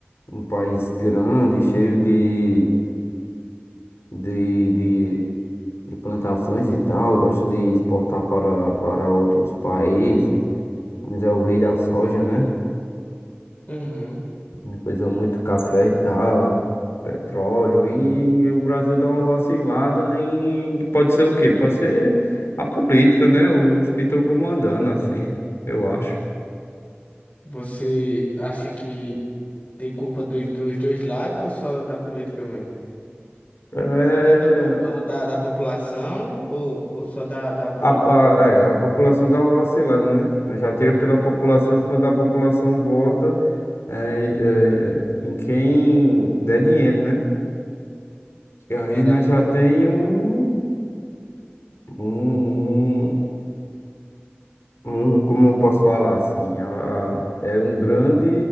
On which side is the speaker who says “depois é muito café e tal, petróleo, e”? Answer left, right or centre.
Left